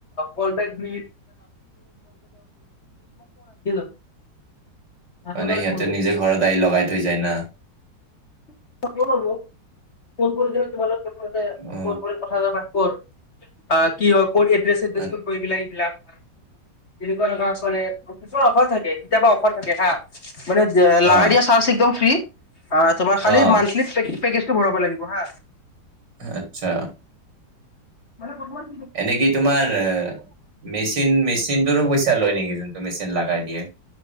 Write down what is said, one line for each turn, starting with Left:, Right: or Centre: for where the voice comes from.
Left: ক'ৰ বেক <unintelligible> <unintelligible>
Right: মানে সিহঁতে নিজে ঘৰত আহি লগাই থৈ যায় ন,।
Left: <inaudible> ফোন কৰি যদি তোমাৰ লগত কথা পাতে,
Right: অ
Left: ও কথা-চথা পাতব আৰু আহ, কি হয় ক'ত এড্ৰেছ-চড্ৰেছ
Right: অ
Left: ক'ত গ, এইবিলাক-এইবিলাক তেনেকুৱা জেগাৰ ছোৱালীয়ে, কিছু অফাৰ থাকে, কেতিয়াবা অফাৰ থাকে হা। মানে লাগা
Right: অ অ
Left: দিয়া, চাৰ্জ একদম ফ্ৰী। আ তোমাৰ খালি
Right: অ
Left: মানথলি, পেকেজটো ভৰাব লাগিব হা।
Right: আচ্ছা
Left: মানে, বৰ্তমান
Right: এনেকি তোমাৰ, মেচিন-মেচিনটোৰো পইচা লয় নেকি? যোনটো মেচিন লগাই দিয়ে।